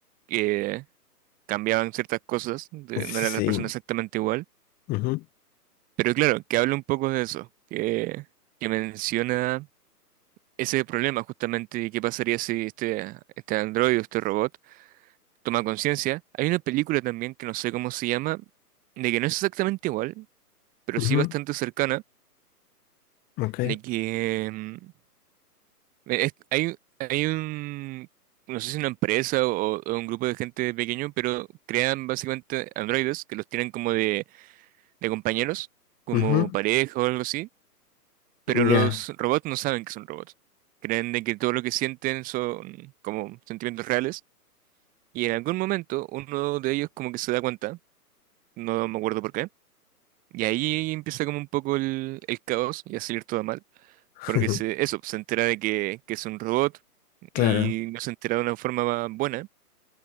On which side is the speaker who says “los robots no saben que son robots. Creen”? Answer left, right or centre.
Right